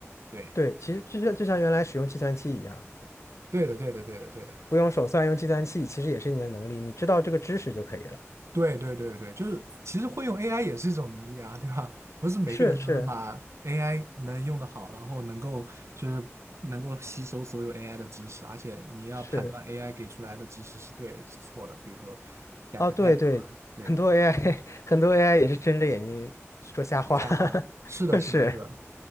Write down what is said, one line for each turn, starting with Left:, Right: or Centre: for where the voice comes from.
Right: 对，
Left: 对，其实就像就像原来使用计算器一样，
Right: 对的，对的，对的，对的。
Left: 不用手算，用计算器其实也是你的能力，你知道这个知识就可以了。
Right: 对对对对，就是其实会用 AI 也是一种能力啊，对吧？不是每个人都能把
Left: 是是。
Right: AI 能用得好，然后能够就是能够吸收所有 AI 的知识，而且你要判断
Left: 是。
Right: AI 给出来的知识是对是错的，比如说改个代码，
Left: 啊，对对，
Right: 对，
Left: 很多 AI <laughs> 很多 AI 也是睁着眼睛说瞎话，
Right: 说瞎话，
Left: <laughs>
Right: 是的，是的，
Left: 是
Right: 是的。